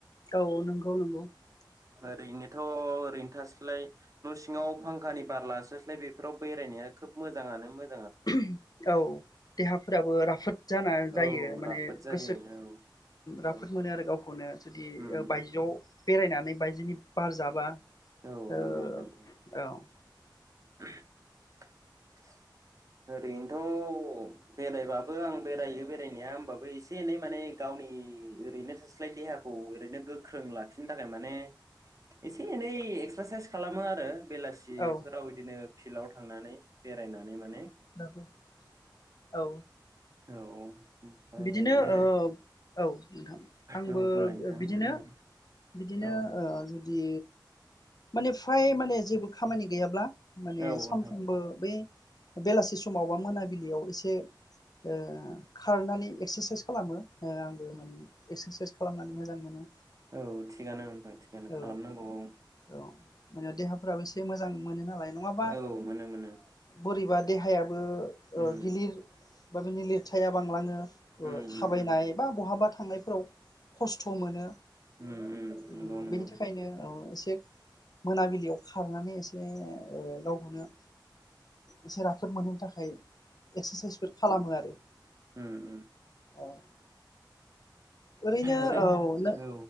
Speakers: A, on the left; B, on the right.
A: औ नंगौ नंगौ ।
B: ओरैनोथ' ओरैनो थाल्साय न' सिङाव फांखानि बार लास्लायस्लाय बेफोराव बेरायनाया खोब मोजांङानो मोन
A: <unintelligible> औ देहाफोराबो राफोद जाना जायो
B: औ
A: माने
B: राफोद जायो
A: गोसो
B: औ
A: राफोद
B: औ
A: मोनो आरो गावखौनो जुदि
B: उम
A: बायजोआव बेरायनानै बायदिनि बार जाबा
B: औ
A: ओ
B: नंगौ नंगौ
A: औ ।
B: <unintelligible> ओरैनोथ' बेरायबाबो आं बेरायो बेरायनाया होमबाबो एसे एनै माने गावनि ओरैनो थाल्साय देहाखौ ओरैनो गोख्रों लाखिनो थाखाय माने एसे एनै एक्सारसाइस खालामो आरो बेलासिफोराव
A: औ
B: बिदिनो फिल्डआव थांनानै बेरायनानै माने
A: <unintelligible> औ
B: औ ओमफ्राय
A: बिदिनो
B: ओरै
A: ओ औ । नोंथां आंबो
B: औ बुंलाय नोंथां
A: बिदिनो
B: उम,
A: बिदिनो
B: औ
A: ओ जुदि माने फ्राय माने जेबो खामानि गैयाब्ला माने
B: औ नोंथां
A: सानफ्रामबो बै बेलासि समाव बा मोना बिलियाव ऐसे <unintelligible> ओ खारनानै एक्सारसाइस खालामो आंबो माने एक्सारसाइस खालामनानै मोजां मोनो
B: औ थिगानो नोंथां थिगानो
A: औ
B: खालामनांगौ औ
A: औ मान देहाफ्राबो एसे मोजां मोजां मोनो नालाय नंङाबा
B: औ मोनो मोनो
A: बोरैबा देहाया ओ
B: उम
A: गिलिर <unintelligible> फिथायाइया बांलाङो
B: उम
A: थाबायनाय
B: उम
A: बा बहाबा थांनायफोराव खस्थ मोनो
B: उम उम नंगौ
A: ओम
B: नंगौ
A: बेनि थाखायनो औ एसे मोनाबिलियाव खारनानै एसे ओह गावखौनो एसे राफोद मोनहोनो थाखाय एक्सारसाइसफोर खालामो आरो
B: ओम ओम
A: औ ओरैनो
B: ओरै
A: नों
B: औ